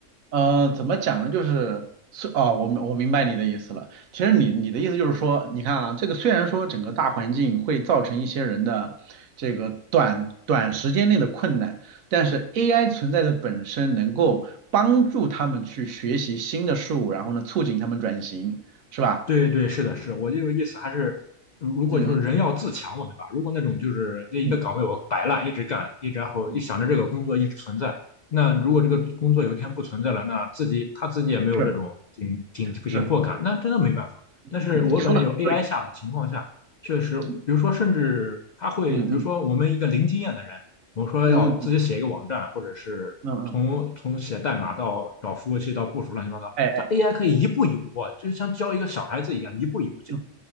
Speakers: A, on the right (about 85°); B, on the left (about 85°).
A: 呃，怎么讲呢？就是是哦，我明我明白你的意思了。其实你你的意思就是说，你看啊，这个虽然说整个大环境会造成一些人的这个短短时间内的困难，但是 AI 存在的本身能够帮助他们去学习新的事物，然后呢，促进他们转型，是吧？
B: 对对，是的，是我这个意思还是，如果就是人要自强嘛，
A: 嗯嗯
B: 对吧？如果那种就是那一个岗位我摆烂一直干，
A: 嗯
B: 一直然后一想着这个工作一直存在，
A: 嗯，嗯
B: 那如果这个工作有一天不存在了，那自己他自己也没有这种紧紧紧迫感，
A: 是是，
B: 那真的没办法。但是我感觉有
A: 嗯，你说的很对，
B: AI 下的情况下，确实，比如说甚至他会，
A: 嗯嗯嗯
B: 比如说我们一个零经验的人，我们说要自己写一个网站，
A: 嗯嗯
B: 或者是从从写代码到找服务器到部署乱七八糟。
A: 嗯嗯，嗯哎哎。
B: 它 AI 可以一步一步过，就是像教一个小孩子一样，一步一步教，
A: 嗯